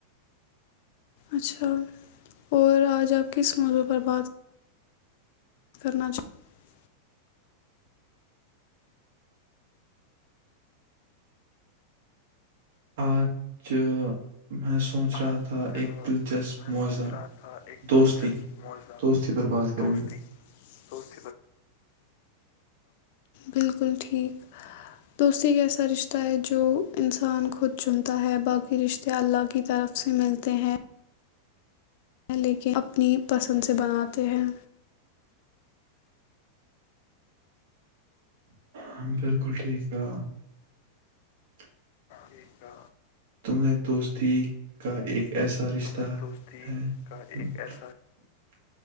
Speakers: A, on the left (about 50°); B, on the right (about 55°).
A: اچھا اور آج آپ کس موضع پر بات کریں مد کرنا چاہی <unintelligible>
B: آج میں سوچ
A: چاہ آج
B: رہا تھا <unintelligible> تھا
A: میں
B: ایک دلچسپ موضزہ
A: سوچ رہا تھا ایک
B: دوستی
A: دلچسپ موضوع
B: دوستی برباد کریں
A: دوستی
B: گے <unintelligible>
A: دوستی پر بالکل ٹھیک دوست ایک ایسا رشتہ ہے جو انسان خود چنتا ہے باقی رشتے اللہ کی طرف سے ملتے ہیں <unintelligible> ہیں لیکن اپنی پسند سے بناتے ہیں
B: ہاں بالکل ٹھیک ہے <unintelligible>
A: ٹھیک ہے،
B: تم نے دوستی کا ایک ایسا کا رشتہ
A: تمہیں دوستی
B: ہے
A: کا
B: ہ
A: ایک
B: <unintelligible>
A: ایسا